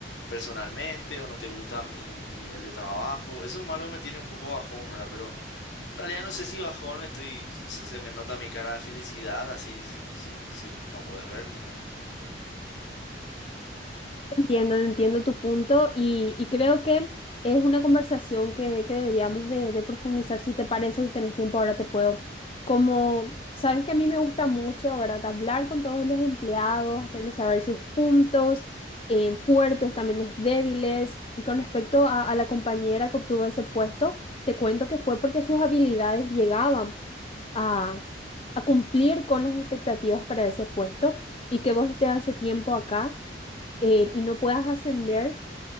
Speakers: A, on the left; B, on the left.
A: personalmente o no te gusta mi nivel de trabajo. Eso es malo que me tiene un poco bajón, ¿verdad? Pero en realidad no sé si bajón estoy, se, se me nota mi cara de felicidad, así, si, si, si no podés verme,
B: Entiendo, entiendo tu punto y, y creo que es una conversación que, que deberíamos de, de profundizar si te parece, si tenés tiempo ahora te puedo. Como sabes que a mí me gusta mucho, ¿verdad? Hablar con todos los empleados, hacerles saber sus puntos eh, fuertes, también los débiles. Con respecto a, a la compañera que obtuvo ese puesto, te cuento que fue porque sus habilidades llegaban a, a cumplir con las expectativas para ese puesto y que vos estés hace tiempo acá eh, y no puedas ascender